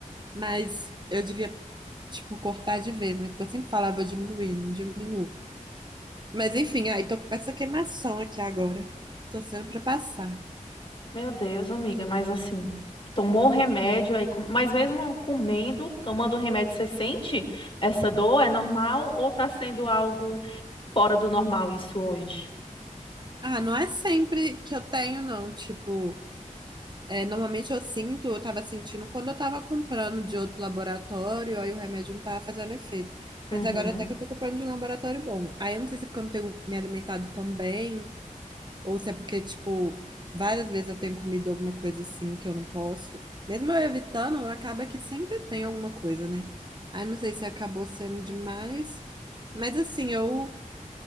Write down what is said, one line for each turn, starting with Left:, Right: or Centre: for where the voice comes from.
Right: Mas eu devia, tipo, cortar de vez, né? Porque eu sempre falava, "Ah, vou diminuir, não diminuo. Mas enfim, aí tô com essa queimação aqui agora. Tô sendo pra passar.
Left: Meu Deus, amiga, mas assim, tomou o remédio aí, com- mas mesmo comendo, tomando o remédio, você sente essa dor? É normal ou tá sendo algo fora do normal isso hoje?
Right: Ah, não é sempre que eu tenho, não. Tipo, é, normalmente eu sinto, eu tava sentindo quando eu tava comprando de outro laboratório, aí o remédio não tava fazendo efeito. Mas
Left: Uhum.
Right: agora até que eu tô comprando de um laboratório bom. Aí eu não sei se é porque eu não tenho me alimentado tão bem, Ou se é porque, tipo, várias vezes eu tenho comido alguma coisa assim que eu não posso. Mesmo eu evitando, acaba que sempre tem alguma coisa, né? Aí não sei se acabou sendo demais. Mas assim, eu